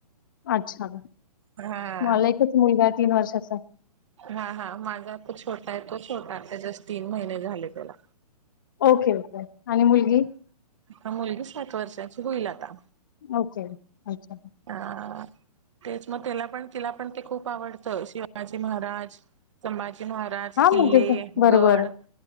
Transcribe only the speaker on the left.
अच्छा.
मला एकच मुलगा आहे तीन वर्षाचा.
ओके ओके आणि मुलगी?
ओके अच्छा
हा
मुलगीच बरोबर